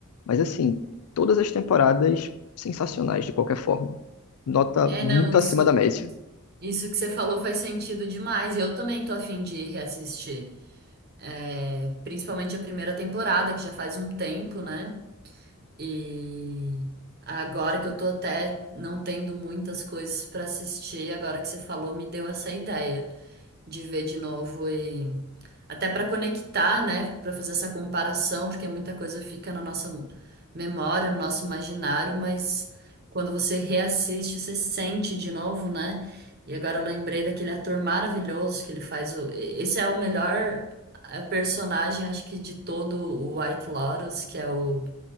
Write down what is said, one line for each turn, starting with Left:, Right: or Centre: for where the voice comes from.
Left: Mas assim, todas as temporadas sensacionais de qualquer forma. Nota
Right: É,
Left: muito
Right: não, isso,
Left: acima da média.
Right: isso que você falou faz sentido demais. eu também tô a fim de reassistir. É, Principalmente a primeira temporada, que já faz um tempo, né? E agora que eu tô até não tendo muitas coisas pra assistir, agora que você falou, me deu essa ideia de ver de novo e até pra conectar, né, Pra fazer essa comparação, porque muita coisa fica na nossa memória, no nosso imaginário, mas quando você reassiste, você sente de novo, né? E agora eu lembrei daquele ator maravilhoso que ele faz o... Esse é o melhor eh, personagem, acho que de todo o White Lotus, que é o